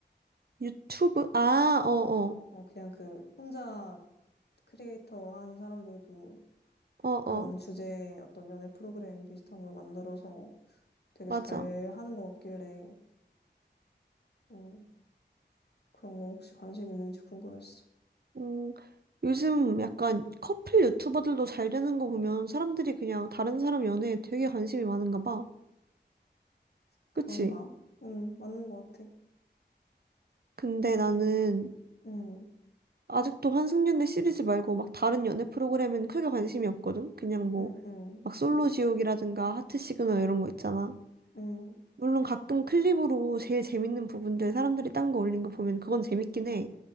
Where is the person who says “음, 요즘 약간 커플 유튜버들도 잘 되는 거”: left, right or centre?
Right